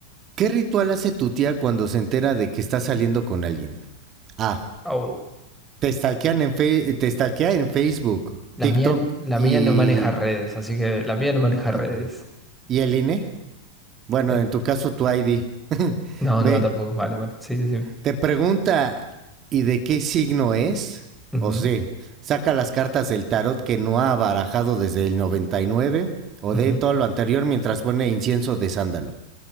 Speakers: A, on the right; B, in the centre.
A: ¿Qué ritual hace tu tía cuando se entera de que está saliendo con alguien? A.
B: Au.
A: Te stalkean en, fe- te stalkea en Facebook,
B: La
A: TikTok
B: mía, la
A: y,
B: mía no maneja redes, así que la mía no maneja redes.
A: y, y el INE. Bueno,
B: El-
A: en tu caso, tu ID. <laughs>
B: no,
A: Ve,
B: no, tampoco. Vale, vale. Sí, decime.
A: te pregunta, ¿y de qué signo es?
B: Ujú,
A: O sea, saca las cartas del tarot que no ha barajado desde el 99 o
B: ujú.
A: de todo lo anterior mientras pone incienso de sándalo.